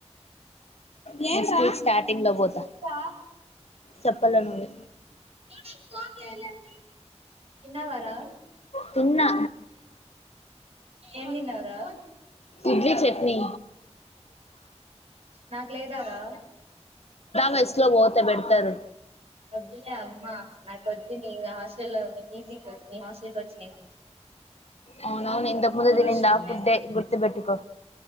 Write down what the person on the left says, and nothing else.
నెక్స్ట్ వీక్ స్టార్టింగ్ లో పోత
చెప్పల్ల నువ్వే
తున్నా
ఇడ్లీ చట్నీ
మెస్ లో పోతే దా పెడతారు
అవునవును ఇంతక ముందు
తినింది ఆ ఫుడ్డే గుర్తుబెట్టుకో